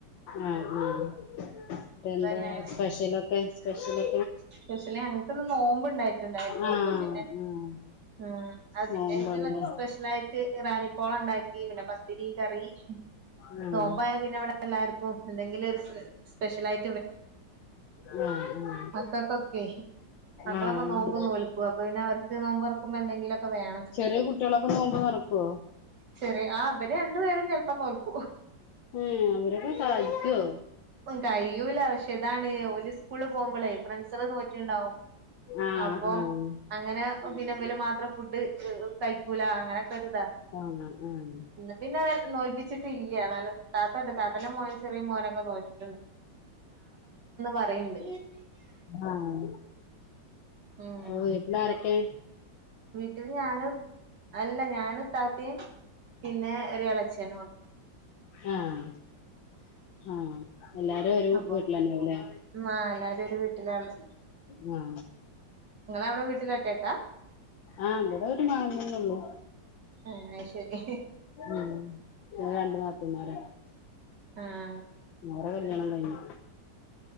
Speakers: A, on the left; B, on the right.
A: ആഹ് ആഹ് മറ്റ് എന്തോ
B: തന്നെയാണ്
A: സ്പെഷ്യലൊക്കെ സ്പെഷ്യല്
B: സ്പെഷ്യലി ഞങ്ങക്കിന്ന് നോമ്പ് ഇണ്ടായിട്ടുണ്ടായിരുന്നു
A: ആഹ് ആഹ്
B: അപ്പൊ പിന്നെ ആഹ് അതിൻ്റെ
A: നോമ്പാണ്ല്ലേ
B: <unintelligible> സ്പെഷ്യലായിറ്റ് ഇറാനിപ്പോള ഒണ്ടാക്കി പിന്നെ പത്തിരി കറി മ്
A: ആഹ്
B: നോമ്പായ പിന്നെ ഇവിടെ എല്ലാർക്കും എന്തെങ്കിലും ഒരു സ് സ്പെഷ്യൽ ആയി
A: ആഹ് ആഹ്
B: മക്കൾക്കൊക്കെ മക്കളൊക്ക
A: ആഹ് ആഹ്
B: നോമ്പ് നോൽക്കും അപ്പൊ പിന്നെ അവർക്ക് നോമ്പ്റക്കുമ്പ എന്തെങ്കിലൊക്ക <unintelligible> മ്
A: ചെറിയ കുട്ടികളൊക്കെ നോമ്പ് തൊറക്കുവോ
B: ശെരി ആ അവര് രണ്ടു പേരും ചെലപ്പം നോൽക്കും ഓഹ്
A: ഉം അവരൊക്ക സഹായിക്കോ
B: ഉം കഴിയൂല പക്ഷേ ഇതാണ് ഓര് സ്കൂളില് പോവുമ്പളേ ഫ്രണ്ട്സള് നോക്കി ഒണ്ടാവും
A: ആഹ്
B: അപ്പൊ
A: ആഹ്
B: അങ്ങനെ പിനമ്പില് മാത്രം ഫുഡ് ഇഹ് ഒ കയിക്കൂല അങ്ങനെ ഒക്കെ ഒര് ഇതാ.
A: ആഹ് ആഹ്
B: ഇന്ന് പിന്നെ വെൽ നോൽപ്പിച്ചിട്ടില്ല്യ നല്ലത് താത്തണ്ട് താത്തന്റെ മോൻ ചെറിയ മോനൊക്ക നോക്കി പറയണ്ട്
A: ആഹ്
B: ഉം
A: ഒ വീട്ടിലാരക്കെ
B: വീട്ടിൽ ഞാനും അല്ല ഞാനും ഇത്താത്തിയും പിന്നെ ഒര് എളേ ചെലവൊണ്ട്
A: ആഹ് ആഹ് എല്ലാരും ഒരു
B: അപ്പൊ
A: വീട്ടിലല്ലോലെ
B: ആ എല്ലാരും ഒരു വീട്ടിലാള്ളെ
A: ങാ
B: നിങ്ങളവിടെ വീട്ടിലൊറ്റക്കാ
A: ആഹ് ഇവിടെ ഒര് വാങ്ങൽ ല്ലോള്ളൂ
B: ആ അയ്ശരി
A: ആഹ് ഞങ്ങൾ രണ്ട് നാത്തൂൻമാരാ
B: ആഹ്
A: അവള കല്യാണം കഴിഞ്ഞ്